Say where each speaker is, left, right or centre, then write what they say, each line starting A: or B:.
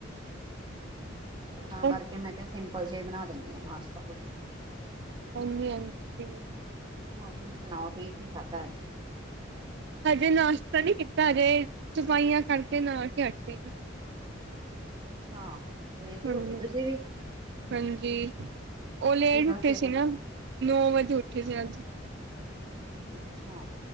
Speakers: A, on the right (about 25°); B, on the right (about 60°).
A: ਤੇ
B: ਹੋਰ
A: ਤਾਂ ਕਰਕੇ, ਮੈਂ ਕਿਹਾ ਸਿੰਪਲ ਜਿਹਾ ਬਣਾ ਦਿੰਦੀ ਆ। ਨਾਸ਼ਤਾਂ ਕੁਛ।
B: ਹਾਂਜੀ-ਹਾਂਜੀ ਠੀਕ ਐ।
A: ਹੋਰ ਤੁਸੀਂ ਸੁਣਾਓ, ਤੁਸੀਂ ਕੀ ਖਾਧਾ ਅੱਜ?
B: ਹਜੇ, ਨਾਸ਼ਤਾ ਨਹੀਂ ਕੀਤਾ ਹਜੇ ਸਫਾਈਆਂ ਕਰਕੇ ਨਹਾ ਕੇ ਹਟੀ ਆ।
A: ਅੱਛਾ। ਵਿਹਲੇ
B: ਹਾਂਜੀ
A: ਹੋ ਗਏ ਤੁਸੀਂ ਵੀ?
B: ਹਾਂਜੀ ਉਹ ਲੇਟ
A: ਕੀ ਗੱਲ
B: ਉੱਠੇ
A: ਫੇਰ
B: ਸੀ ਨਾ ਨੌ ਵਜੇ ਉੱਠੇ ਸੀ ਅੱਜ।
A: ਅੱਛਾ।